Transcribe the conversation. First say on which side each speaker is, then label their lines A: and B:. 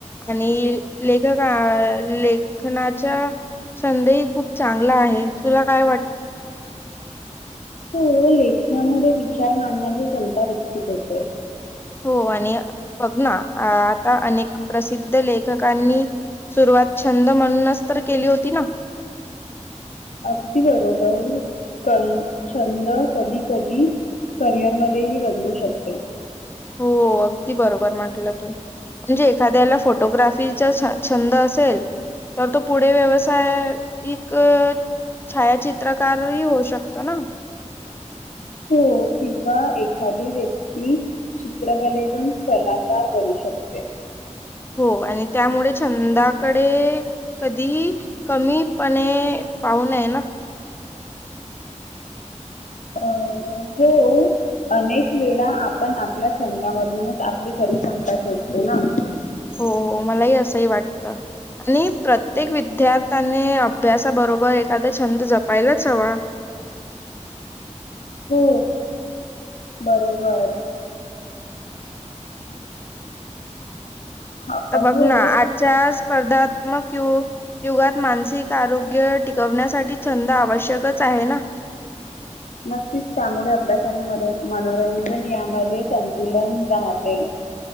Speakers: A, on the left (about 20°); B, on the left (about 80°).
A: आणि लेखका लेखनाच्या छंदही खूप चांगला आहे तुला काय वाट
B: हो लेखनामुळे विचार मांडण्याची क्षमता विकसित होते.
A: हो आणि बघ ना आता अनेक प्रसिद्ध लेखकांनी सुरुवात छंद म्हणूनच तर केली होती ना.
B: अगदी बरोबर क छंद कधी-कधी करिअरमध्ये ही बदलू शकते.
A: हो अगदी बरोबर म्हटलं तू. म्हणजे एखाद्याला फोटोग्राफीचा छ छंद असेल तर तो पुढे व्यवसाय एक छायाचित्रकारही होऊ शकतो ना.
B: हो किंवा एखादी व्यक्ती चित्रकलेतून कलाकार बनू शकते.
A: हो आणि त्यामुळे छंदाकडे कधी ही कमीपणे पाहू नये ना.
B: अ हो अनेक वेळा आपण आपल्या छंदामधूनच आपली खरी क्षमता शोधतो ना.
A: हो मलाही असंही वाटतं. आणि प्रत्येक विद्यार्थ्याने अभ्यासाबरोबर एखादा छंद जपायलाच हवा.
B: हो बरोबर. ह
A: आता बघ
B: हो
A: ना आजच्या स्पर्धात्मक यु युगात मानसिक आरोग्य टिकवण्यासाठी छंद आवश्यकच आहे ना
B: नक्कीच त्यामुळे अभ्यास आणि मनो मनोरंजन यामध्ये संतुलन राहते.